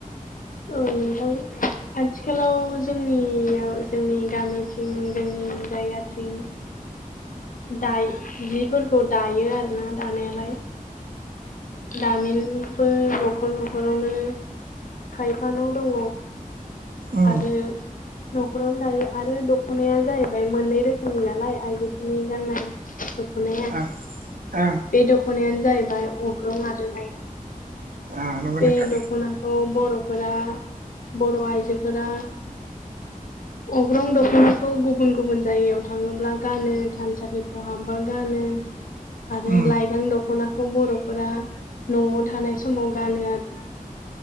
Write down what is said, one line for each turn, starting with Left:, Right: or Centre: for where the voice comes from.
Left: <unintelligible> नोंथां आथिखालाव जोंनियाव जोंनि गामिथिं जोंनि जोंनि जायगाथिं दाय जिफोरखौ दायो आरोना दानायालाय। दामिनबो न'खर न'खरावनो खायफानाव दङ।
Right: उम
Left: आरो। न'खरावनो दायो आरो दख'नाया जाहैबाय मोननै रोखोमनि नालाय आइजो। दखनि गाननाय दख'नाया बे
Right: ओं ओं
Left: दखना। दख'नायानो जाहैबाय अग्रं आरनाय
Right: ओ नंगौ
Left: बे
Right: नोंथां
Left: दख'ना। औ बर'फोरा बर' आइजोफोरा। अग्रं दख'नाखौ गुबुन गुबुन जायगायाव थाङोब्ला गानो। थानसालिफ्राव हाबबा गानो आरो
Right: उम
Left: लाइगां दख'नाखौ बर'फोरा। न'आव थानाय समाव गानो आरो ना